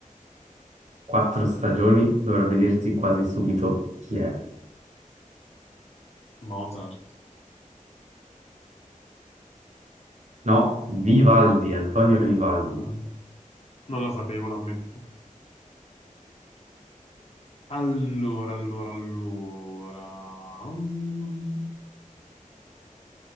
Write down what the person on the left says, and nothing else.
Mozart.
Vai. Non la sapevo, l'ammetto. Allora, allora, allora. Mm.